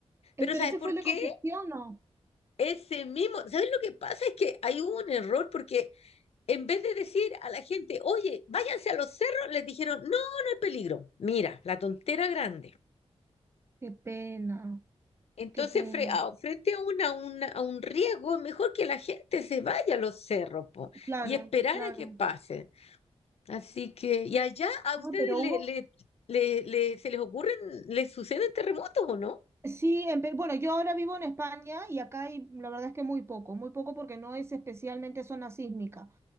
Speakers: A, on the right; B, on the left.
A: es-
B: Pero
A: Pero
B: ¿sabes
A: ese
B: por
A: fue el
B: qué?
A: de Concepción, ¿no?
B: Ese mismo, ¿sabes lo que pasa? Es que hay un error porque en vez de decir a la gente, oye, váyanse a los cerros, les dijeron, no, no hay peligro. Mira, la tontera grande.
A: Qué pena,
B: Entonces,
A: qué pena.
B: fre- a- frente a, una, una- a un riesgo, es mejor que la gente se vaya a los cerros po,
A: Claro,
B: y esperar
A: claro.
B: a que pase. Así que, ¿y allá a ustedes
A: Ah, pero hubo.
B: le, le- le- le- se les ocurren, les suceden terremotos o no?
A: Sí, en Pe- bueno, yo ahora vivo en España y acá hay, la verdad es que muy poco, muy poco porque no es especialmente zona sísmica.